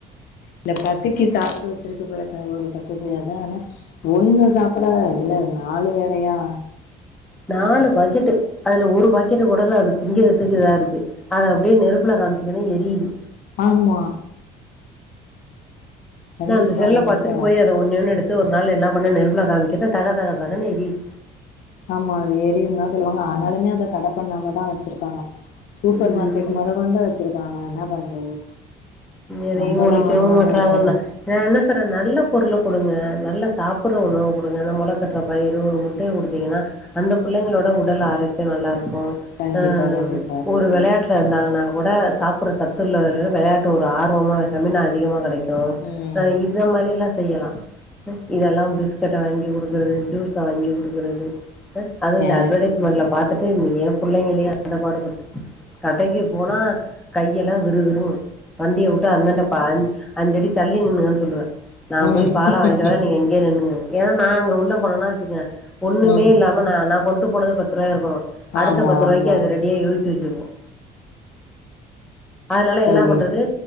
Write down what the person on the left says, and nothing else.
இல்ல பசிக் சிக்கு சாப்ட்டு வச்சிருக்கு போலக்க ஒரு கட்டது அதா ஆனா ஒண்ணு சாப் புடா இதுல நாலு வேறையா
ஆமா கண்டிப்பா
கண்டிப்பா
ஆமா அது ஏரியுந்தா சொல்லுவாங்க ஆனாலுமே அத தட பண்ணாமதா வச்சிருக்காங்க சூப்பர்
மார்க்கெட் மொத கொண்டு வச்சிருக்காங்க என்னா பண்றது
நம்மதா
வாங்காம
இருக்கணு
கண்டிப்பா
கண்டிப்பா
ம்
ஏ
ம்
ம்
ஆமா
ஆமா
தோழி